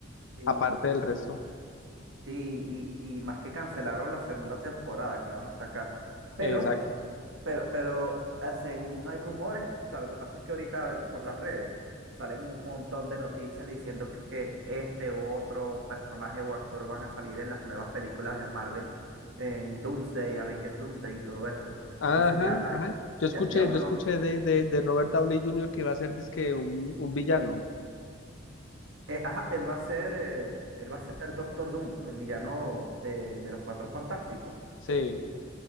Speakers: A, on the right; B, on the left.
A: Sí.
B: aparte del resto.
A: Ah, Sí, y, y más que cancelaron la segunda temporada que iban a sacar. Pero
B: Exacto.
A: Pero, pero eh, según hay rumores, o sea, lo que pasa es que ahorita eh, por las redes salen un montón de noticias diciendo que este u otro personaje o actor van a salir en las nuevas películas de Marvel, eh, en Doomsday, Avengers Doomsday y todo esto.
B: Ajá,
A: Entonces ya,
B: ajá. Yo
A: ya,
B: escuché,
A: ya uno
B: yo escuché
A: no...
B: de, de, de Robert Downey Jr. que iba a ser dizque un, un villano.
A: eh, ajá, él va a ser, eh, él va a ser Doctor Doom, el villano de, de los Cuatro Fantásticos.
B: Sí.